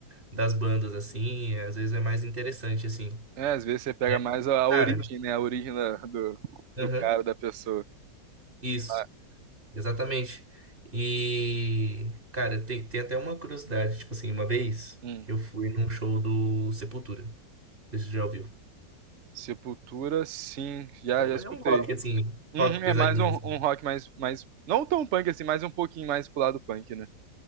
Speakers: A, on the right (about 30°); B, on the right (about 50°).
A: das bandas, assim, e às vezes é mais interessante, assim,
B: É, às vezes você pega
A: né?
B: mais a, a
A: Cara,
B: origem, né? A origem da- do,
A: aham,
B: do cara, da pessoa.
A: isso,
B: Ah,
A: exatamente. E, cara, tem, tem até uma curiosidade, tipo assim, uma vez
B: hum.
A: eu fui num show do Sepultura, não sei se você já ouviu.
B: Sepultura, sim. Já,
A: É um,
B: já escutei.
A: é um rock, assim,
B: Uhum,
A: rock pesadinho.
B: é mais um,
A: assim.
B: um rock mais, mais. Não tão punk assim, mas um pouquinho mais pro lado punk, né?